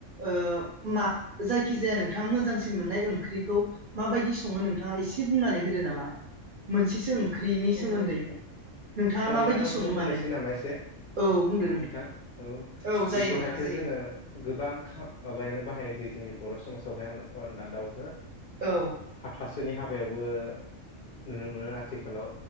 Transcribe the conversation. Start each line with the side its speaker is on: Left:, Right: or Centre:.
Right: ओ मा जायखि जाया नोंथांमो मोजांसिन मोननाय ओंख्रिखौ मा बायदि सङो नोंथाङा एसे बुंनानै होदो नामा। मोनसेसो ओंख्रिनि
Left: उम
Right: सोमोन्दै। नोंथाङा
Left: अनला
Right: माबायदि
Left: दाउखौनो
Right: सङो
Left: बुंनोसै
Right: माने
Left: नामा एसे।
Right: औ बुंदो
Left: नोंथां औ
Right: औ जायो
Left: बेखौ
Right: नोंथां
Left: हायथो
Right: जायो
Left: जोङो गोबां खा माबायावनो बाहायनाय जायो जोंनि बर' समाजाव हाय अनला दावखो
Right: औ
Left: हाथासुनि हा बायावबो नुनो मोनो आथिखालाव